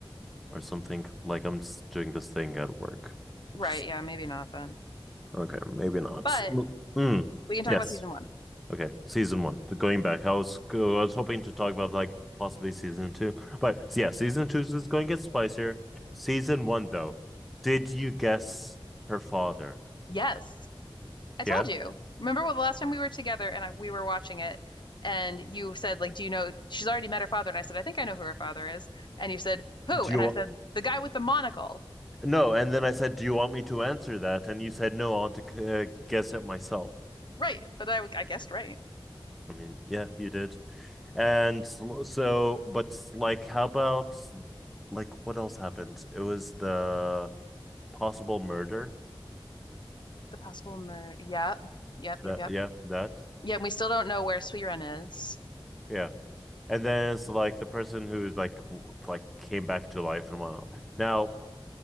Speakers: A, in the centre; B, on the left.
A: or something. Like I'm just doing this thing at work.
B: Right,
A: Just
B: yeah, maybe not then.
A: okay, maybe not.
B: But
A: Mm.
B: we can talk
A: Yes.
B: about season one.
A: Okay, season one. Going back, I was I was hoping to talk about like possibly season two, but yeah, season two is going to get spicier. Season one, though, did you guess her father?
B: Yes. I
A: Yeah.
B: told you. Remember what the last time we were together and I, we were watching it and you said like, "Do you know she's already met her father?" And I said, "I think I know who her father is." And you said, "Who?"
A: Do
B: And
A: you want?
B: I said, "The guy with the monocle."
A: No, and then I said, "Do you want me to answer that?" And you said, "No, I want to uh, guess it myself."
B: Right, but I I guessed right.
A: I mean, yeah, you did. And so, so, but like, how about like what else happened? It was the possible murder.
B: The possible murder. Yep. Yep,
A: That
B: yep, yep.
A: yeah, that
B: Yeah, we still don't know where Suiren is.
A: yeah. and then it's like the person who's like like came back to life and whatnot. Now,